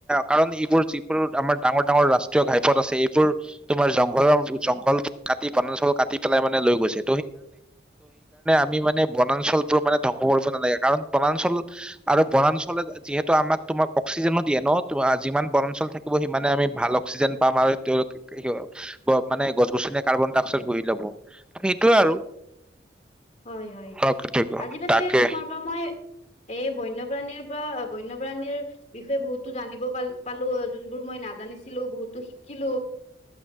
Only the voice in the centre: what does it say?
কাৰণ এইবোৰ যিবোৰ আমাৰ ডাঙৰ ডাঙৰ ৰাষ্ট্ৰীয় ঘাইপথ আছে এইবোৰ তোমাৰ জঙ
জংঘল কাটি বনাঞ্চল কাটি পেলাই মানে লৈ গৈছে আমি মানে বনাঞ্চলবোৰ মানে ধ্বংস কৰিব নালাগে কাৰণ বনাঞ্চল আৰু বনাঞ্চলে যিহেতু আমাক তোমাক অক্সিজেনো দিয়ে ন যিমান বৰঞ্চল থাকিব সিমানে
আমি
ভাল অক্সিজেন পাম আৰু তেওঁলোকে কি মানে গছ গছনি কাৰ্বন ডাই অক্সাইড হুহি লব সেইটোয়ে আৰু
অলপ পাৰ্থক্য।
তাকে